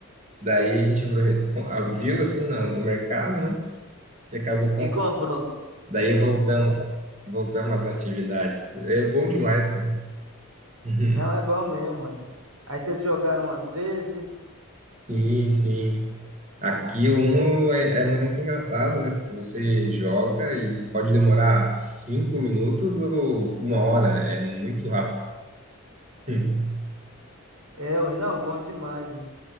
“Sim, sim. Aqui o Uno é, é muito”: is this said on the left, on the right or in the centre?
Right